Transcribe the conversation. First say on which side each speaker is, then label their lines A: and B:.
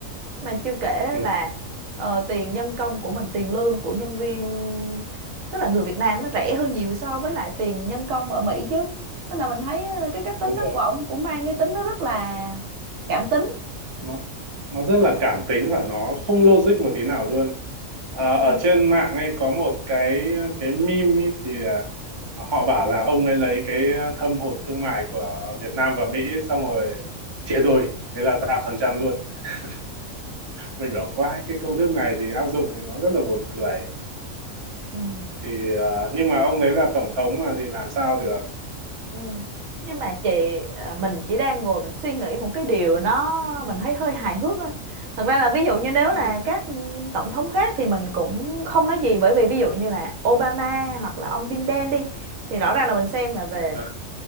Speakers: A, on the right; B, on the right.
A: mà chưa kể
B: ừ,
A: là ờ, tiền nhân công của mình tiền lương của nhân viên tức là người Việt Nam nó rẻ hơn nhiều so với lại tiền nhân công ở Mỹ chứ nên là mình thấy ờ, cái cách tính
B: đúng
A: đó
B: rồi
A: của ông cũng mang cái tính nó rất là cảm tính
B: nó nó rất là cảm tính và nó không logic một tí nào luôn Ờ,
A: Ừ.
B: ở trên mạng ấy có một cái cái meme ấy thì à, họ bảo là ông ấy lấy cái thâm hụt thương mại của Việt Nam và Mỹ xong rồi chia đôi thế là ra phần trăm luôn <laughs> mình bảo quái cái công thức này thì áp dụng thì nó rất là buồn cười
A: ừ,
B: thì à, nhưng mà ông đấy là tổng thống mà thì làm sao được
A: ừ. nhưng mà chị ờ, mình chỉ đang ngồi mình suy nghĩ một cái điều nó mình thấy hơi hài hước thôi thật ra là ví dụ như nếu
B: ừ.
A: là các ừ, tổng thống khác thì mình cũng không nói gì bởi vì ví dụ như là Obama hoặc là ông Biden đi thì rõ ràng là mình xem là về
B: À,